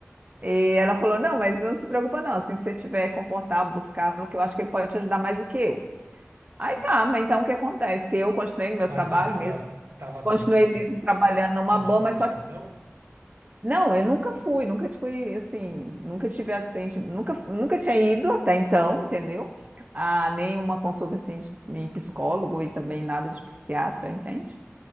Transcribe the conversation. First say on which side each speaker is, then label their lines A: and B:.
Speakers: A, on the right; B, on the right.
A: E ela falou: Não, mas não se preocupa, não. Assim, se você estiver confortável buscar, que eu acho que ele pode te ajudar mais do que eu. Aí tá, mas então o que acontece? Eu continuei no meu
B: Mas
A: trabalho
B: tu tava,
A: mesmo,
B: tava
A: continuei
B: tomando,
A: mesmo trabalhando numa
B: tomando
A: boa, mas
B: medicação?
A: só que. Não, eu nunca fui, nunca fui assim, nunca tive atendimento, nunca, nunca tinha ido até então, entendeu? A nenhuma consulta assim de de psicólogo e também nada de psiquiatra, entende?